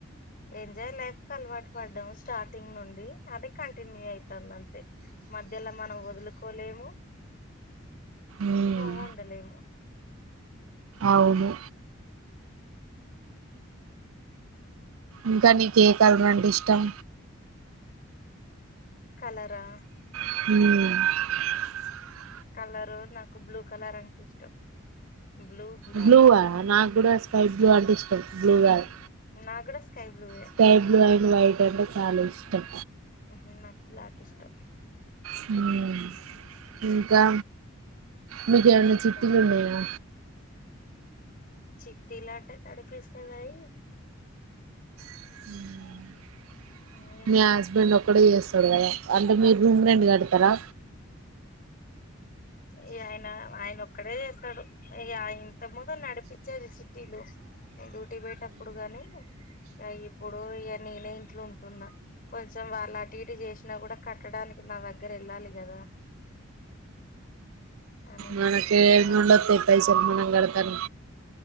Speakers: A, on the left; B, on the right.
A: ఎంజాయ్ లైఫ్ కు అలవాటు పడ్డాము స్టార్టింగ్ నుండి అదే కంటిన్యూ అవుతుంది అంతే మధ్యలో మనం వదులుకోలేము
B: మ్మ్
A: ఇప్పుడూ ఉండలేము
B: అవును ఇంకా నీకు ఏ కలర్ అంటే ఇష్టం
A: కలరా
B: హ్మ్
A: కలరు నాకు బ్లూ కలర్ అంటే ఇష్టం బ్లూ బ్లాక్
B: బ్లూ నాకు కూడా స్కై బ్లూ అంటే ఇష్టం బ్లూ కాదు
A: నా కూడా స్కై బ్లూయే
B: స్కై బ్లూ అండ్ వైట్ అంటే చాలా ఇష్టం
A: ఉహం నాకు బ్లాక్ ఇష్టం
B: హ్మ్ ఇంకా మీకు ఏమన్నా
A: చెప్పాలి
B: చిట్టీలు ఉన్నాయా
A: చిట్టిలా అంటే నడిపిస్తాం కనీ
B: ఉ
A: కానీ
B: మీ హస్బెండ్ ఒక్కడే వేస చూడు కదా అంటే మీరు రూమ్ రెంట్ కడతారా
A: ఈ ఆయన ఆయన ఒక్కడే చేస్తాడు ఈ ఇంత ముందు నడిపించేది చిట్టిలు నేను డ్యూటీ పెయేటప్పుడు గానీ అ ఇప్పుడు ఇగ నేనే ఇంట్లో ఉంటున్నా కొంచెం వాళ్ళ అటు ఇటు చేసినా కూడా కట్టడానికి నా దగ్గర ఉండాలి కదా అనేసి
B: మనకి
A: ఇగ
B: ఎడా నుండి
A: ఆపేసా
B: ఓస్తాయి పైసలు మనం కడతాం